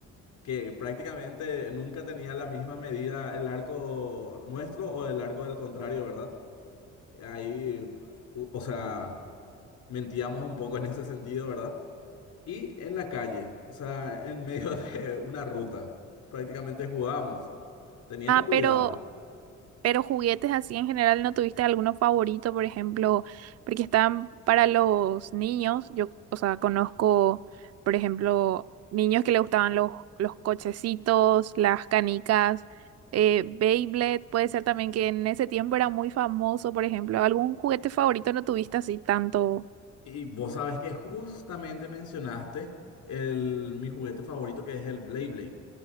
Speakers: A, on the left; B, on the right.
A: que prácticamente nunca tenía la misma medida el arco nuestro o el arco del contrario, ¿verdad? Ahí, o o sea, mentíamos un poco en ese sentido, ¿verdad? Y en la calle, o sea, en medio <laughs> de una ruta, prácticamente jugábamos, teniendo
B: Ah,
A: cuidado.
B: pero Pero juguetes así en general, ¿no tuviste alguno favorito, por ejemplo? Porque están para los niños. Yo, o sea, conozco, por ejemplo, niños que le gustaban los, los cochecitos, las canicas, eh, Beyblade. Puede ser también que en ese tiempo era muy famoso, por ejemplo. ¿Algún juguete favorito no tuviste así tanto?
A: Y vos sabes que justamente mencionaste el, mi juguete favorito que es el Blade Blade.